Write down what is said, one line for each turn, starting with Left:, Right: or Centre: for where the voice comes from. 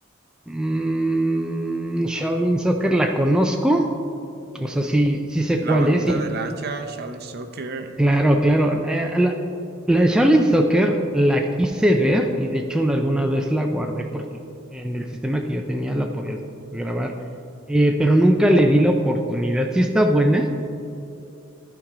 Centre: Mm, Shaolin Soccer la conozco, o sea, sí, sí sé
Right: la
Centre: cuál
Right: banda
Centre: es y
Right: del hacha Shaolin Soccer
Centre: Claro, claro. Eh, la, la de Shaolin Soccer la quise ver y de hecho una- alguna vez la guardé porque en el sistema que yo tenía la podías grabar, eh, pero nunca le di la oportunidad. Sí está buena.